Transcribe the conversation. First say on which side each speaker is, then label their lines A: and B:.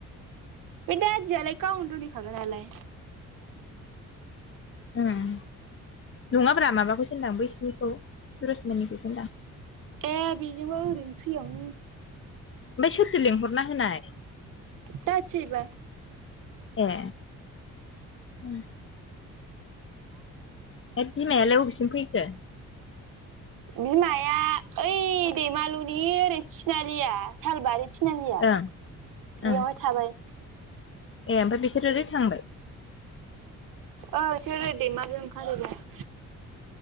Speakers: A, on the right; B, on the left.
A: बे दादियालाय गावनो दोनहैखागोन नालाय
B: ओम नङाब्रा माबाखौसो होनदां बैसिनिखौ सुरसमनिखौसो होनदां।
A: ए बेजोंबो ओरैनो फ्रियावनो
B: ओमफ्राय सोरथो लिंहरना होनाय
A: दाथिजायोबा
B: ए उम बे बिमायालाय अबेसिम फैखो?
A: बिमाया ओइ दैमालुनि ओरै थिनालिया सालबारि थि थिनालिया
B: ओं
A: बेयावहाय
B: ओं
A: थाबाय।
B: ए ओमफ्राय बिसोर ओरै थांबाय?
A: अ इसोरो दैमालुजों ओंखारहैबाय